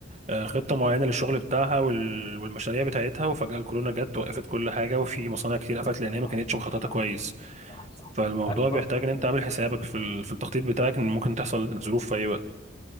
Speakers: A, on the right; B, on the left.
A: آه، خطة معينة للشغل بتاعها وال- والمشاريع بتاعتها وفجأة الكورونا جت وقفت كل حاجة وفي مصانع كتير قفلت لأن هي
B: صح
A: ما كانتش مخططة
B: صح
A: كويس
B: صح صح
A: فالموضوع
B: عارف برضو
A: بيحتاج ان انت عامل حسابك في ال- في التخطيط بتاعك ان ممكن تحصل ظروف في اي وقت